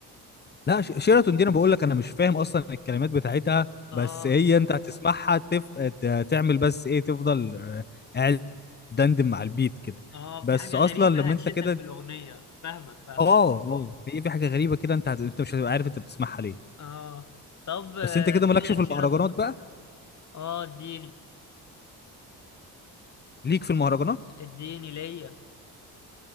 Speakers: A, on the left; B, on the left.
A: لا ش- شيراتون دي انا بقول لك انا مش فاهم اصلا الكلمات بتاعتها
B: اه
A: بس هي انت هتسمعها تف... ت- تعمل بس ايه تفضل آه، قاعد دندن مع البيت كده
B: اه في
A: بس
B: حاجه
A: اصلا
B: غريبه
A: لما
B: هتشدك
A: انت كده
B: في الاغنيه فاهمك فاهمك
A: اه اه هي في حاجه غريبه كده انت هت... انت مش هتبقى عارف انت بتسمعها ليه
B: اه طب آه،
A: بس انت كده
B: في
A: مالكش
B: غير
A: في
B: شيراتون
A: المهرجانات بقى
B: اه اديني
A: ليك في المهرجانات
B: اديني ليا